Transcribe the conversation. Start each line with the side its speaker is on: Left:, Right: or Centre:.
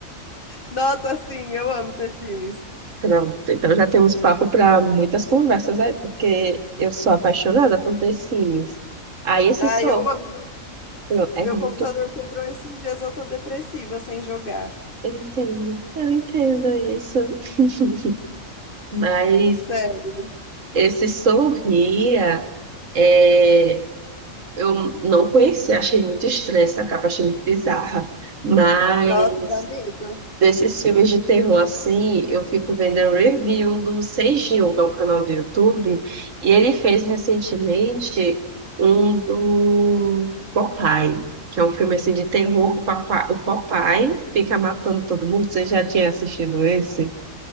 Left: nossa, assim, eu amo The Sims.
Right: Pronto, então já temos papo para muitas conversas aí, porque eu sou apaixonada por The Sims. Aí esse
Left: Ai,
Right: sou.
Left: eu amo.
Right: Eu- É
Left: Meu
Right: muito.
Left: computador quebrou esses dias, eu tô depressiva sem jogar.
Right: Eu entendo, eu entendo isso. <laughs> Mas
Left: Sério.
Right: esse Sorria, é, eu não conheci achei muito estranha essa capa, achei muito bizarra. mas
Left: Nossa, dá medo.
Right: Desses filmes de terror assim, eu fico vendo um review do Seijinho, que é um canal do YouTube, e ele fez recentemente um do Popeye, que é um filme assim de terror, que o Popeye, o Popeye fica matando todo mundo. Você já tinha assistido esse?